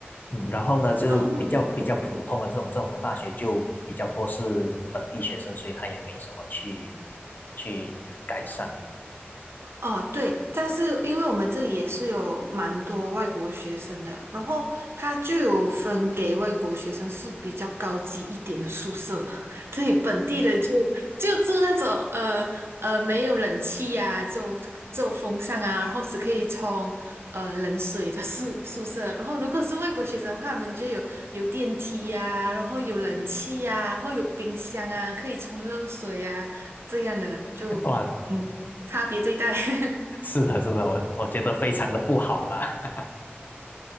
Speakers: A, on the left (about 45°); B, on the right (about 75°).
A: 嗯，然后呢就比较比较普通的这种政府大学就比较多是本地学生，
B: 然后。
A: 所以他也没什么去去改善。
B: 哦，对，但是因为我们这里也是有蛮多外国学生的，然后他就有分给外国学生是比较高级一点的宿舍，<laughs> 对，本地的就就住那种呃呃没有冷气呀、只有只有风扇啊，然后只可以冲呃冷水的宿宿舍，然后如果是外国学生的话，我们就有有电梯呀、然后有冷气呀、然后有冰箱啊，可以冲热水啊，这样的就嗯。
A: 哇，
B: 差别对待。<laughs>
A: 是的，是的，我我觉得非常的不好吧。<laughs>